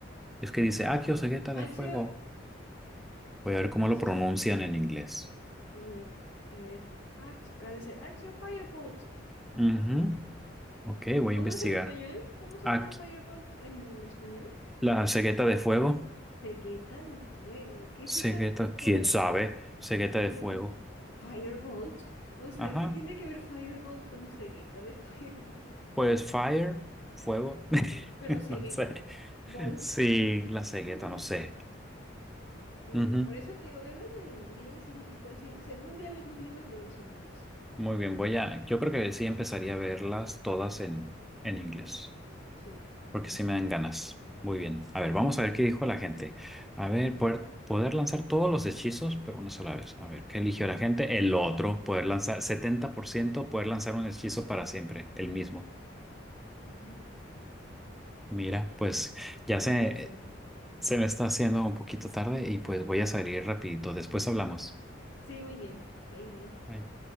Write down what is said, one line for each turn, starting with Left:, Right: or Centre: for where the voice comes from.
Centre: Es que dice accio cegueta de
Left: Axio,
Centre: fuego. Voy a ver cómo
Left: axis,
Centre: lo pronuncian en inglés.
Left: en, es ax- ha de ser axio firebolt.
Centre: Ujú. Ok, voy
Left: ¿Cómo
Centre: a investigar.
Left: es en español? ¿Cómo se
Centre: Aquí,
Left: llama firebolt en, en español?
Centre: la cegueta de fuego.
Left: Cegueta de fuego, ¿qué
Centre: Cegueta,
Left: es esa cosa?
Centre: quién sabe. Cegueta de
Left: No,
Centre: fuego.
Left: Firebolt. O sea,
Centre: Ajá.
Left: ¿qué tiene que ver Firebolt con cegueta de fuego? <laughs>
Centre: Pues fire, fuego, <laughs>
Left: Pero cegueta.
Centre: no sé.
Left: Bolt.
Centre: Sí, la cegueta,
Left: <laughs>
Centre: no sé.
Left: Sí,
Centre: Ujú.
Left: no. Por eso te digo, velas en inglés y, y cuan- si, si algún día lees los libros, léelos en inglés.
Centre: Muy bien, voy a, yo creo que sí empezaría a verlas todas en, en inglés,
Left: Sí,
Centre: porque
Left: mejor.
Centre: sí me dan ganas. Muy bien. A ver, vamos a ver qué dijo la gente. A ver, poder, poder lanzar todos los hechizos, pero una sola vez. A ver, ¿qué eligió la gente? El otro, poder lanzar 70% poder lanzar un hechizo para siempre, el mismo.
Left: Mm.
Centre: Mira, pues ya se
Left: Interesante.
Centre: Se me está haciendo un poquito tarde y pues voy a salir rapidito. Después hablamos.
Left: Sí, muy bien. Ahí.
Centre: Ahí.